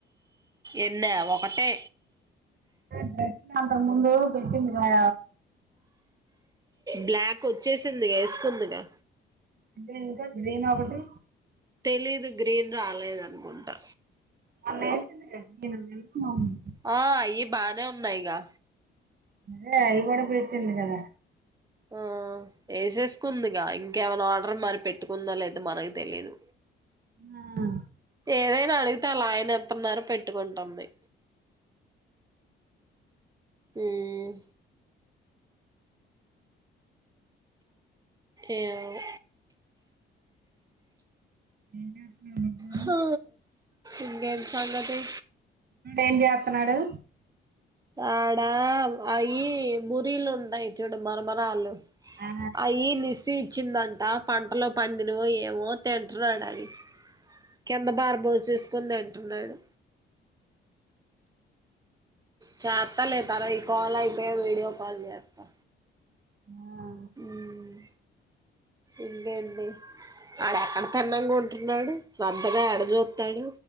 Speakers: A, on the right; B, on the right.
A: ఎన్న ఒకటే
B: డ్రెస్ కంటే ముందు పెట్టింది రా
A: బ్లాక్ వచ్చేసిందిగా వేసుకుందిగా
B: అంటే ఇంకా గ్రీన్ ఒకటి
A: తెలీదు గ్రీన్ రాలేదు అనుకుంటా
B: మొన్న <unintelligible>
A: ఆ అయి బానే ఉన్నాయిగా
B: అదే అయిగూడ పెట్టిందిగా
A: ఆ వేసేసుకుందిగా ఇంకేమైనా మరి పెట్టుకుందో లేదో మనకి తెలిదు
B: ఆ,
A: ఏదైనా అడిగి తే అలా ఆయన ఎత్తున్నారు పెట్టుకుంటుంది ఉమ్ ఏమో
B: ఏం చేస్తున్నాడు బుడ్డోడు
A: హ ఇంకేంటి సంగతి
B: ఏం చేతున్నాడు.
A: ఆడా అవి పూరీలు ఉంటాయి. చూడు మరమరాలు
B: ఆ
A: అయి నిసి చ్చిందంట పంటలో పండినవో ఏమో తింటున్నాడు. అవి కింద పార బోసేసుకొని తింటున్నాడు చేస్తా లే తార ఈ కాల్ అయి పోయాక వీడియో కాల్ చేస్తా
B: ఆ
A: ఉమ్ ఇంకేంటి వాడేక్కడ తిన్నంగా ఉంటున్నాడు. శ్రద్ధగా ఎడ చూతాడు.